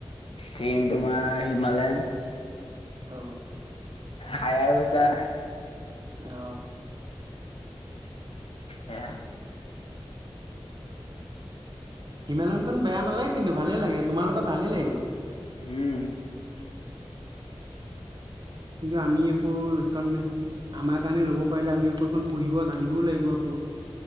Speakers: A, on the left; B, on the right.
A: চেইন তোমাৰ হিমালয়ন
B: অ
A: হায়াৰ বছা
B: অ
A: সেয়া
B: হিমালয়নখন বেয়া নালাগে কিন্তু ভালেই লাগে তোমাৰ লগত ভালেই লাগিব
A: উম
B: কিন্তু আমি একো সেইখন নাই আমাৰ কাৰণে ল'ব পাৰিলে আমি কখন পঢ়িব জানিবও লাগিব আকৌ